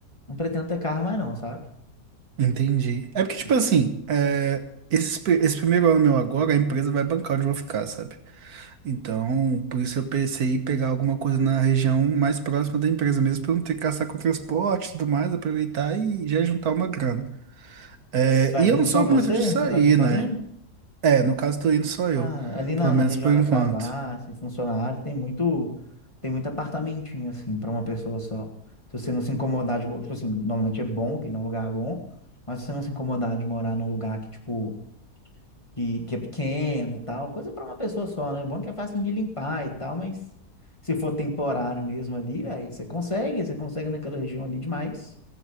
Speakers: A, on the left; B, on the right.
A: não pretendo ter carro mais não, sabe?
B: Entendi. É porque,
A: Se-
B: tipo assim, é, esse, pri- esse primeiro ano meu agora, a empresa vai bancar onde eu vou ficar, sabe? Então, por isso eu pensei em pegar alguma coisa na região mais próxima da empresa mesmo, pra eu não ter que gastar com transporte e tudo mais, aproveitar e já juntar uma grana. É,
A: se Vai
B: e
A: vir
B: eu não
A: só
B: sou
A: você?
B: muito de sair,
A: Você vai vir sozinho?
B: né? É, no caso, tô indo só eu,
A: Ah, ali na,
B: pelo menos
A: na região
B: por
A: da
B: enquanto.
A: Savassi, e Funcionário, tem muito, tem muito apartamentinho, assim, para uma pessoa só. Se você não se incomodar de... mo- Tipo assim, normalmente é bom, que ele é um lugar bom, mas se você não se incomodar de morar num lugar que, tipo, que, que é pequeno e tal, coisa para uma pessoa só, né? O bom é que é fácil de limpar e tal, mas se for temporário mesmo ali, velho, você consegue, você consegue naquela região ali demais.